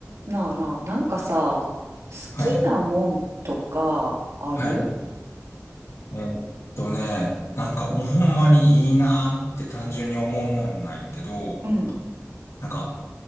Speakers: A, on the right (about 75°); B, on the left (about 65°).
A: なあなあ、なんかさ、好きなもんとかある
B: はい。はい。えーっとね、なんかもうほんまにいいなーって単純に思うもんなんやけど、
A: うん。
B: なんか